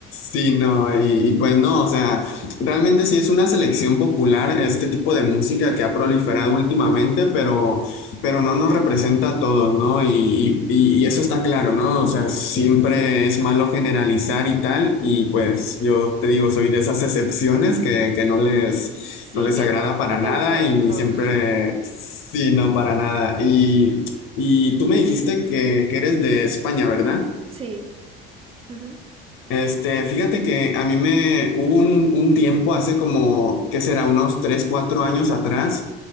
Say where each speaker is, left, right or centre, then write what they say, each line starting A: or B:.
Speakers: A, on the left (about 45°); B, on the right (about 20°).
A: sí, no, y, y, pues no, o sea, realmente sí es una selección popular este tipo de música que ha proliferado últimamente, pero, pero no nos representa a todos, ¿no? Y, y- y eso está claro, ¿no? O sea, siempre es malo generalizar y tal, y pues yo te digo, soy de esas excepciones que, que no les,
B: Sí,
A: no les
B: que
A: agrada para
B: no
A: nada
B: te gusta,
A: y
B: no.
A: siempre, sí, no, para nada. Y, y tú me dijiste que, que eres de España, ¿verdad?
B: Sí, ujú.
A: Este, fíjate que a mí me hubo un, un tiempo hace como, ¿qué será? Unos 3 4 años atrás,